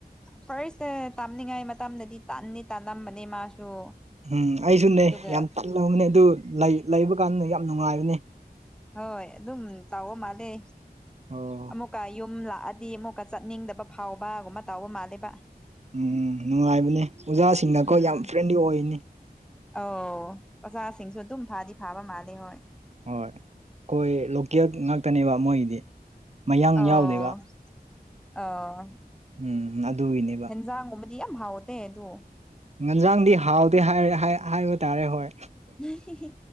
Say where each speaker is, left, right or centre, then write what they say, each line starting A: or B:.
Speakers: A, in the centre; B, on the right.
A: ꯐꯔꯁꯁꯦ ꯇꯝꯅꯤꯡꯉꯥꯏ ꯃꯇꯝꯗꯗꯤ ꯇꯟꯗꯤ ꯇꯜꯂꯝꯕꯅꯤ ꯃꯥꯁꯨ
B: ꯎꯝ ꯑꯩꯁꯨꯅꯦ
A: ꯑꯗꯨꯒ
B: ꯌꯥꯝ ꯇꯜꯂꯕꯅꯦ ꯑꯗꯨ ꯂꯩ ꯂꯩꯕ ꯀꯥꯟꯗ ꯌꯥꯝ ꯅꯨꯡꯉꯥꯏꯕꯅꯦ
A: ꯍꯣꯏ ꯑꯗꯨꯝ ꯇꯥꯎꯕ ꯃꯥꯂꯦ
B: ꯑꯣ
A: ꯑꯃꯨꯛꯀ ꯌꯨ ꯁꯨꯝ ꯂꯥꯛꯑꯗꯤ ꯑꯃꯨꯛꯀ ꯆꯠꯅꯤꯡꯗꯕ ꯐꯥꯎꯕꯒꯨꯝꯕ ꯇꯥꯎꯕ ꯃꯥꯜꯂꯦꯕ
B: ꯎꯝ ꯅꯨꯡꯉꯥꯏꯕꯅꯦ ꯑꯣꯖꯥꯁꯤꯡꯅꯀꯣ
A: ꯎꯝ
B: ꯌꯥꯝ ꯐ꯭ꯔꯦꯟꯂꯤ ꯑꯣꯏꯅꯤ
A: ꯑꯧ ꯑꯣꯖꯥꯁꯤꯡꯁꯨ ꯑꯗꯨꯝ ꯐꯥꯗꯤ ꯐꯥꯕ ꯃꯥꯜꯂꯦ ꯍꯣꯏ
B: ꯍꯣꯏ ꯀꯣꯢ ꯂꯣꯀꯦꯜ ꯉꯥꯛꯇꯅꯦꯕ ꯃꯣꯏꯒꯤꯗꯤ ꯃꯌꯥꯡ
A: ꯑꯣ
B: ꯌꯥꯎꯗꯦꯕ
A: ꯑꯣ
B: ꯎꯝ ꯑꯗꯨꯒꯤꯅꯦꯕ
A: ꯍꯦꯟꯖꯥꯡꯒꯨꯝꯕꯗꯤ ꯌꯥꯝ ꯍꯥꯎꯇꯦ ꯑꯗꯣ
B: ꯉꯟꯖꯥꯡꯗꯤ ꯍꯥꯎꯇꯦ ꯍꯥꯏꯔ ꯍꯥꯢ ꯍꯥꯏꯕ ꯇꯥꯔꯦ ꯍꯣꯏ
A: ꯅ ꯍꯤ ꯍꯤ